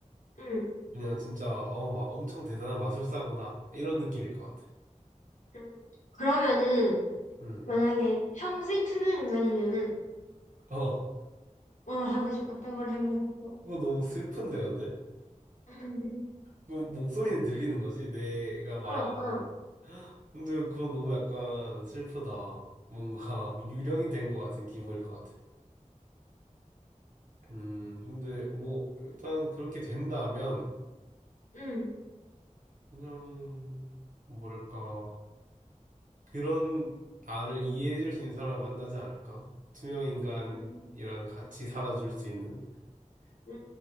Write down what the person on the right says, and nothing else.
그냥 진짜 어 막 엄청 대단한 마술사구나 이런 느낌일 것 같아.
음,
어
그거 너무 슬픈데 근데
그 목소리는 들리는 거지 내가 말하는.
근데 그건 너무 약간 슬프다. 뭔가 <laughs> 유령이 된 것 같은 기분일 것 같아. 음, 근데 뭐 일단 그렇게 된다면
그냥 뭐랄까 그런 나를 이해해줄 수 있는 사람을 만나지 않을까? 투명 인간이랑
같이 살아줄 수 있는